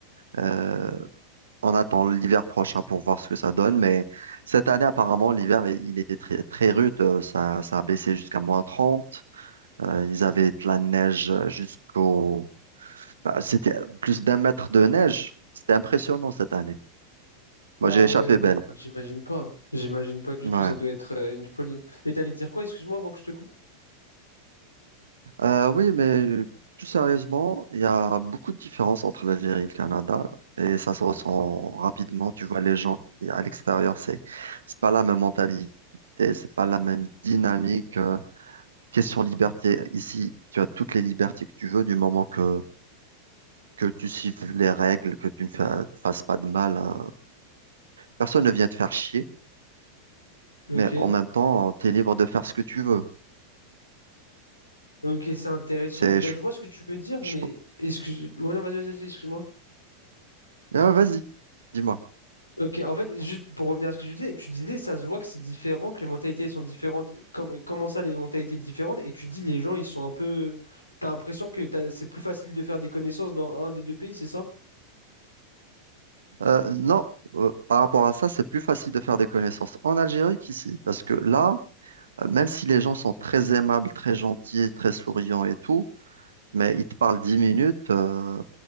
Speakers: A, on the right (about 65°); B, on the left (about 85°).
A: Euh, on attend l'hiver prochain pour voir ce que ça donne. Mais cette année, apparemment, l'hiver, il il était très, très rude. Euh, Ça, ça a baissé jusqu'à moins 30. Euh, ils avaient de la neige euh, jusqu'au... bah, c'était plus d'un mètre de neige. C'était impressionnant cette année. Moi,
B: Ah
A: j'ai échappé
B: ouais, non,
A: belle.
B: bah, j'imagine pas. J'imagine pas du
A: Ouais.
B: tout, ça doit être euh, une folie. Et t'allais dire quoi, excuse-moi, avant que je te coupe?
A: Euh, oui, mais plus sérieusement, il y a beaucoup de différences entre l'Algérie et le Canada et ça se ressent rapidement. Tu vois, les gens qui- à l'extérieur, c'est c'est pas la même mentalité, c'est pas la même dynamique. euh. question liberté, ici, tu as toutes les libertés que tu veux du moment que, que tu suives les règles, que tu ne fa- fasses pas de mal. à- Personne ne vient te faire chier,
B: Ok.
A: mais en même temps, tu es libre de faire ce que tu veux.
B: Ok, c'est intéressant.
A: C'est,
B: Bah,
A: je-
B: je vois ce que tu veux dire, mais
A: je-
B: excuse... Ouais, non, vas-y, vas-y, vas-y, excuse-moi.
A: Euh, vas-y, dis-moi.
B: Ok, en fait, juste pour revenir à ce que tu disais, tu disais, ça se voit que c'est différent, que les mentalités sont différentes. Com- comment ça, les mentalités différentes? Et tu dis, les gens, ils sont un peu... T'as l'impression que t'as- c'est plus facile de faire des connaissances dans un des deux pays, c'est ça?
A: Euh, non, euh, par rapport à ça, c'est plus facile de faire des connaissances en Algérie qu'ici, parce que là, euh, même si les gens sont très aimables, très gentils, très souriants et tout, mais ils te parlent 10 minutes, euh,